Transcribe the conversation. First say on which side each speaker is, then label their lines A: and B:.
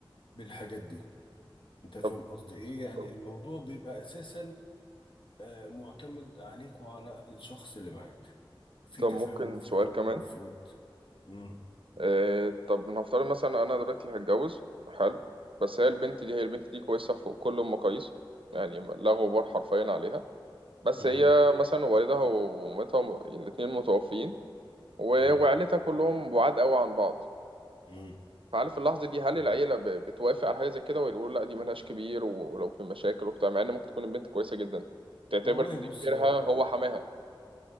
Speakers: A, on the left; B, on the right.
A: بالحاجات دي انت فاهم
B: طب
A: قصدي ايه يعني
B: طب
A: الموضوع بيبقى اساسا آه، معتمد عليك وعلى الشخص اللي معاك في
B: طب
A: تفاهم
B: ممكن
A: في
B: سؤال
A: حب
B: كمان
A: في ود مم.
B: آه طب نفترض مثلا أنا دلوقتي هتجوز حلو بس هي البنت دي هي البنت دي كويسة في كل المقاييس يعني لا غبار حرفيا عليها بس
A: مم.
B: مم. هي مثلا والدها ومامتها الاتنين متوفيين و-
A: مم.
B: وعيلتها كلهم بعاد قوي عن بعض
A: مم.
B: فعارف اللحظة دي هل
A: مم.
B: العيلة ب- بتوافق على حاجة زي كده ولا يقولوا لا دي مالهاش كبير ولو في مشاكل وبتاع مع ان ممكن تكون البنت كويسة جدا تعتبر
A: والله
B: ان
A: بص
B: كبيرها
A: لو
B: هو
A: يعني
B: حماها